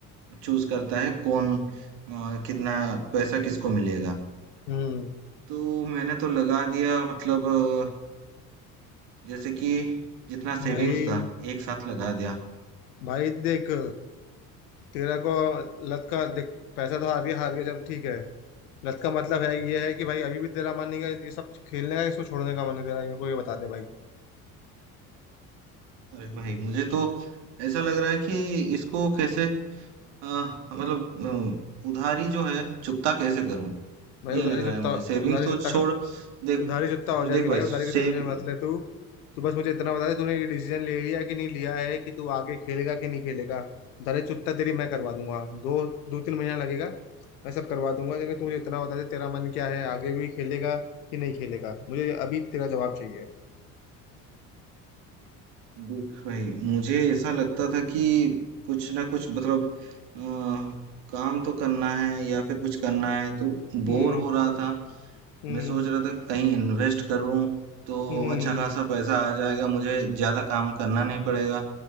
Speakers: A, on the right; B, on the left.
A: चूज करता है कौन आ, कितना पैसा किसको मिलेगा
B: हम्म
A: तो मैंने तो लगा दिया मतलब अ, जैसे कि जितना सेविंग्स
B: भाई
A: था एक साथ लगा दिया
B: भाई देख तेरा को लत का देख पैसा तो हार गया हार गया चल ठीक है लत का मतलब है ये है कि भाई अभी भी तेरा मन नहीं है ये सब खेलने का इसको छोड़ने का मन नहीं तेरा मेरे को ये बता दे भाई
A: अरे भाई मुझे तो ऐसा लग रहा है कि इसको कैसे अ, मतलब अ, उधारी जो है चुकता कैसे करूं
B: भाई
A: ये
B: उधारी
A: लग रहा
B: चुत्ता
A: है मुझे सेविंग्स
B: उधारी
A: तो
B: चुत्ता
A: छोड़ देख
B: उधारी चुकता
A: हाँ,
B: हो जाएगी
A: देख भाई
B: भाई उधारी
A: सेव
B: की टेंशन मत ले तू तू बस मुझे इतना बता दे तूने ये डिसीजन ले लिया है कि नहीं लिया है कि तू आगे खेलेगा कि नहीं खेलेगा उधारी चुकता तेरी मैं करवा दूंगा दो दो तीन महीना लगेगा मैं सब करवा दूंगा लेकिन तू मुझे इतना बता दे तेरा मन क्या है आगे भी खेलेगा कि नहीं खेलेगा मुझे अभी तेरा जवाब चाहिए
A: देख भाई मुझे ऐसा लगता था कि कुछ ना कुछ मतलब अ, काम तो करना है या फिर कुछ करना है तो बोर
B: हम्म
A: हो रहा था
B: हम्म
A: मैं सोच रहा था कि कहीं इन्वेस्ट करूं तो
B: हम्म
A: अच्छा खासा पैसा आ जाएगा मुझे ज्यादा काम करना नहीं पड़ेगा